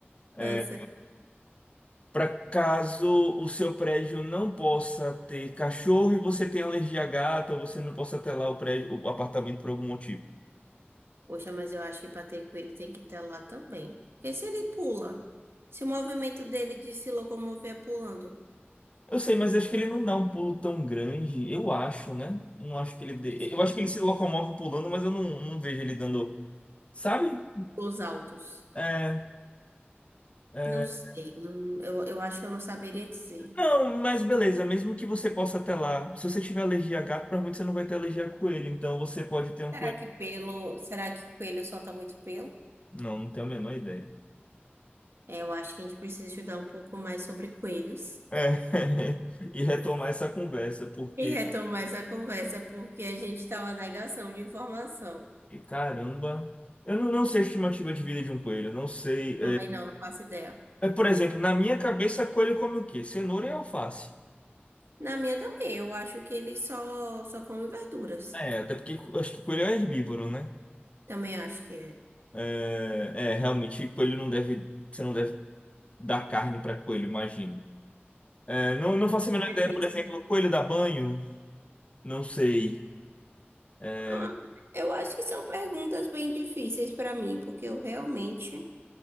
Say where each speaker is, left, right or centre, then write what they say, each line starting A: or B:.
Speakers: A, on the left (about 30°); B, on the right (about 70°).
A: É,
B: É
A: para caso o seu prédio não possa ter cachorro e você tenha alergia a gato, ou você não possa ter lá o prédio, o apartamento por algum motivo.
B: Poxa, mas eu acho que para ter coelho tem que estar lá também. Porque se ele pula, se o movimento dele de se locomover é pulando,
A: Eu sei, mas acho que ele não dá um pulo tão grande, eu acho, né? Não acho que ele dê.
B: sei.
A: Eu acho
B: né?
A: que ele se locomove pulando, mas eu não, não vejo ele dando. Sabe?
B: Os altos.
A: É, é.
B: Não sei. não- eu, eu acho que eu não saberia dizer.
A: Não, mas beleza, mesmo que você possa ter lá se você tiver alergia a gato, provavelmente você não vai ter alergia a coelho, então você pode ter um
B: Será
A: coelho.
B: que pelo. Será que coelho solta muito pelo?
A: Não, não tenho a menor ideia.
B: É, eu acho que a gente precisa estudar um pouco mais sobre coelhos
A: É. <laughs> E retomar essa conversa, porque
B: e retomar essa conversa, porque a gente está na negação de informação.
A: E, Caramba. Eu não, não sei a estimativa de vida de um coelho. eu Não sei.
B: Também não, não faço ideia.
A: É, é, por exemplo, na minha cabeça, coelho come o quê? Cenoura e alface.
B: Na minha também, eu acho que ele só, só come verduras.
A: É, até porque co- acho que coelho é herbívoro, né?
B: Também acho que é.
A: É, é, realmente, coelho não deve. Você não deve dar carne para coelho, imagino. É, não, não faço
B: Muito
A: a menor
B: difícil.
A: ideia, por exemplo, coelho dá banho? Não sei. É,
B: Ah, Eu acho que são perguntas bem difíceis para mim, porque eu realmente.